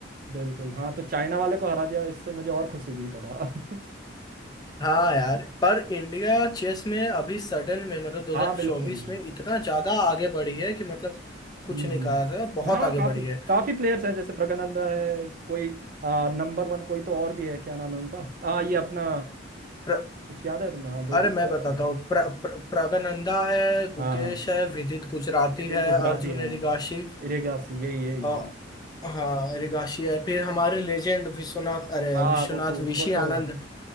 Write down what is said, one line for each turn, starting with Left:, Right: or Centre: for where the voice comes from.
Right: बिल्कुल हाँ तो चाइना वाले को हरा दिया इससे मुझे और खुशी हुई थोड़ा <laughs>
Left: हाँ यार पर इंडिया चेस में अभी सडन में मतलब 2024
Right: हाँ बिल्कुल
Left: में इतना ज्यादा आगे बढ़ी है कि मतलब कुछ
Right: हम्म
Left: नहीं
Right: हम्म।
Left: कहा था बहुत
Right: हाँ
Left: आगे
Right: काफी
Left: बढ़ी है
Right: काफी प्लेयर्स हैं जैसे प्रगनंदा है कोई आ, नंबर वन कोई तो और भी है क्या नाम है उनका आ, ये अपना
Left: प्र,
Right: कुछ याद है तुम्हें हाँ दो
Left: अरे
Right: तीन
Left: मैं
Right: तो
Left: बताता
Right: और हैं
Left: हूँ प्र, प्र, प्रगनंदा है गुकेश
Right: हाँ हाँ
Left: है विदित गुजराती
Right: किसी
Left: है
Right: गुजराती
Left: अर्जुन
Right: हाँ
Left: है, रिगाशी
Right: इरेगासी यही यही
Left: अ,
Right: यही।
Left: हाँ रिगाशी है फिर हमारे लेजेंड विश्वनाथ अरे
Right: हाँ
Left: विश्वनाथ
Right: वो तो उनको
Left: ऋषि
Right: तो
Left: आनंद